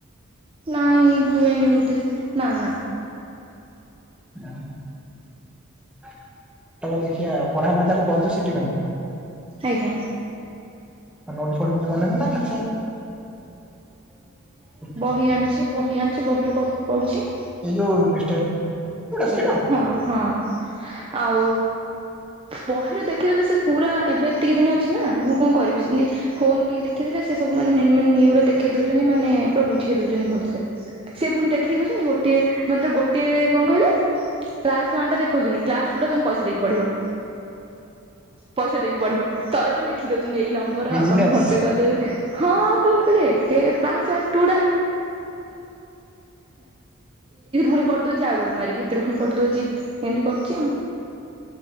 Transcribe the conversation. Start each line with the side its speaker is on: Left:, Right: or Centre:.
Right: ନାଇ ହୁଏନି ବୋଧେ ନା ନା।
Centre: ହଁ। ପଟକ ଦେଖିବା ପଢାପଢି ତାହେଲେ କରୁଛ ସେଥିପାଇ।
Right: ଆଜ୍ଞା।
Centre: ଆୋଟ କି ବନେଇବି ନା ଖା ସେ।
Right: ିୟଛି। ବହି ଆଣିଛି ବହିରୁ ପଢ଼ୁଛି।
Centre: ଏଇ ଯୋଉ ସେ।
Right: ହଁ ହଁ ଆଉ ପହର ଦେଖିଦେଲେ ସେ ପୁରା ଏବେ ଏତିକି ଦିନ ଅଛି ନା ମୁଁ କଣ କରିବି ସେମିତି ଫୋନରୁୁ ଟିକେ ଦେଖିଥିଲେ ସେ ସବୁ ମାନ ମେଇ ପୁରା ଦେଖେଇ ଦଉଛନ୍ତି ମାନେ ପୁରା ବୁଝେଇ ଦଉଛନ୍ତି ଭଲସେ ସେ ପୁଣି ଦେଖେଇ ଦଉଛନ୍ତି ଗୋଟିଏ ମ ଗୋଟଏ କଣ କହିଲା କ୍ଲାସ ୱା ଟା ଦେଉୁି କ୍ଲାସ ଟୁ ଟରେ ତମେ ପଇସ ଦେଇକି ପଡିବ ପଇସା ଦେଇକି ପଢିବ ତଳେ ପ ଲେଖି ଦଉଛନ୍ତି ଏଇ ନମ୍ବର
Centre: ବିଜନେସ୍।
Right: ଆପଣ ଫୋନ ପେ କରିଦେବେ ହଁଥାେ ନାଇଁ ଏ ଏଇଥିରୁ ପୁଣି ପଡିଦଉଛି ଆଉୋେ ମାରିକିଷଥିରୁ ପୁଣି ପଡିଦଉଛି ଏମିତି କରିଛି ଆଉ